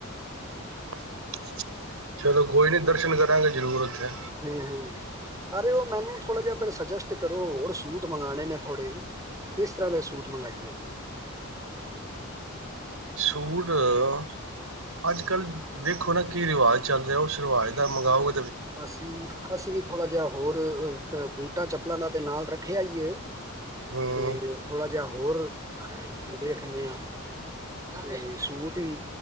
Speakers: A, on the right (about 75°); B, on the right (about 15°).
A: <unintelligible> ਚਲੋ ਕੋਈ ਨੀ ਦਰਸ਼ਨ ਕਰਾਂਗੇ ਜ਼ਰੂਰ ਇ
B: ਹੂੰ ਹੂੰ ਅਰੇ ਉਹ ਮੈਨੂੰ ਥੋੜ੍ਹਾ ਜਿਹਾ ਸਜੈਸਟ ਕਰੋ। ਔਰ, ਸੂਟ ਮੰਗਵਾਣੇ ਨੇ ਥੋੜੇ ਕਿਸ ਤਰ੍ਹਾਂ ਦੇ ਸੂਟ ਮੰਗਾਈਏ?
A: ਸੂਟ ਅ ਅੱਜਕਲ ਦੇੇਖੋ ਨਾ ਕੀ ਰਿਵਾਜ਼ ਚੱਲ ਰਿਹਾ? ਉਸ ਰਿਵਾਜ਼ ਦਾ ਮੰਗਾਓ।
B: ਅਸੀਂ, ਅਸੀਂ ਵੀ ਥੋੜ੍ਹਾ ਜਿਹਾ ਹੋਰ ਬੂਟਾ, ਚੱਪਲਾ ਦਾ ਤੇ ਨਾਲ ਰੱਖਿਆ ਹੀ ਐ।
A: ਹਮ
B: ਤੇ ਥੋੜਾ ਜਿਆ ਹੋਰ ਦੇਖਨੇ ਆ ਤੇ ਸੂਟ ਈ,